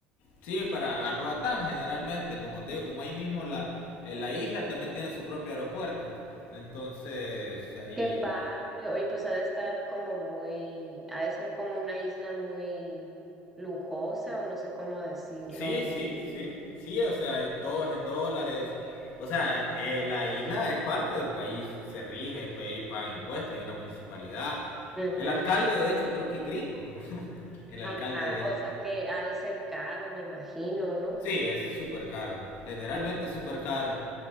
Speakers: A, on the left; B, in the centre.
A: Sí, para a Roatán generalmente, como te digo, como ahí mismo la, eh, la isla también tiene su propio aeropuerto. Entonces, ahí...
B: Qué padre. Oye, pues ha de estar como muy, ha de ser como una isla muy lujosa o no sé cómo decirlo.
A: Sí, sí, sí, sí, o sea, todo es en dólares. O sea, eh, la isla es parte del país, se rige, pues ellos pagan impuestos, hay una municipalidad.
B: Ujú.
A: El alcalde, de hecho, creo que es gringo. <laughs> El
B: Ajá,
A: alcalde,
B: o sea que ha de ser caro, me imagino, ¿no?
A: sí, es súper caro. Generalmente
B: Ujú.
A: es súper caro.